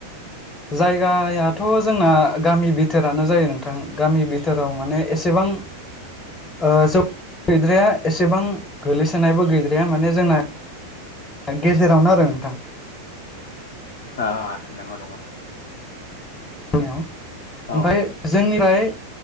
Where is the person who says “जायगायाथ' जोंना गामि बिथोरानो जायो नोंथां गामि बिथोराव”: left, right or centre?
Left